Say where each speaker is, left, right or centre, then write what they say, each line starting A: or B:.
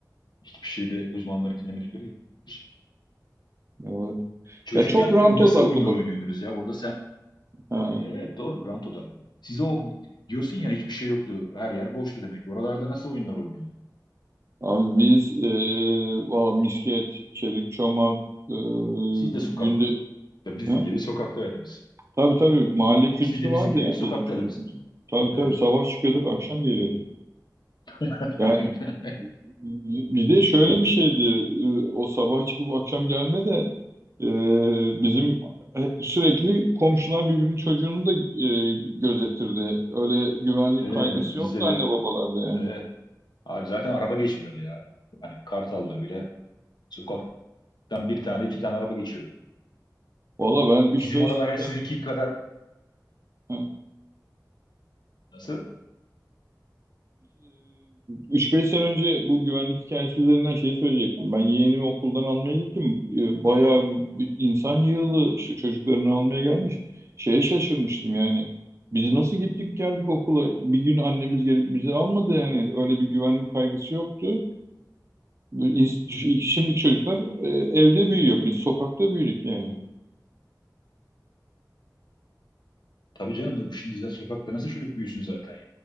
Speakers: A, on the left (about 80°); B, on the right (about 40°).
A: hiçbir şeyde uzmanları dinlemedikleri için.
B: evet.
A: Çocukken
B: Ya çok rant
A: nasıl
B: odaklı
A: oyunlar
B: bak.
A: oynuyordunuz ya? Orada sen
B: Ha.
A: Evet doğru rant odaklı. Siz o diyorsun ya hiçbir şey yoktu. Her yer boştu demek. Oralarda nasıl oyunlar oynuyordu?
B: Abi biz e, valla misket, çelik çomak, e,
A: Siz de sokakta
B: günde...
A: bizim
B: Ha?
A: gibi sokaktaydınız.
B: Tabii tabii mahalle kültürü
A: Siz de
B: vardı
A: bizim gibi
B: ya
A: hep sokaktaydınız.
B: bizim çocukluğumuzda. Tabii tabii
A: Evet.
B: sabah çıkıyorduk akşam geliyorduk.
A: <laughs>
B: Yani
A: Aynen.
B: Bir de şöyle bir şeydi. e, O sabah çıkıp akşam gelme de e, bizim e, sürekli komşular birbirinin çocuğunu da e, gözetirdi. Öyle güvenlik
A: Ee,
B: kaygısı
A: bizde
B: yoktu anne
A: de
B: babalarda yani.
A: e, abi zaten araba geçmiyordu ya. Hani Kartal'da bile sokaktan bir tane iki tane araba geçiyordu.
B: Valla ben üç
A: Bizim
B: beş
A: oralar hani sizinki kadar
B: sen
A: nasıl?
B: 3-5 sene önce bu güvenlik hikayesi üzerinden şey söyleyecektim. Ben yeğenimi okuldan almaya gittim. Ee, Bayağı bir, bir insan yığılı işte çocuklarını almaya gelmiş. Şeye şaşırmıştım yani. Biz nasıl gittik geldik okula? Bir gün annemiz gelip bizi almadı yani. Öyle bir güvenlik kaygısı yoktu. Bu ins- Şimdiki çocuklar e, evde büyüyor. Biz sokakta büyüdük yani.
A: Tabii canım şimdi zaten sokakta nasıl çocuk büyüsün zaten ya.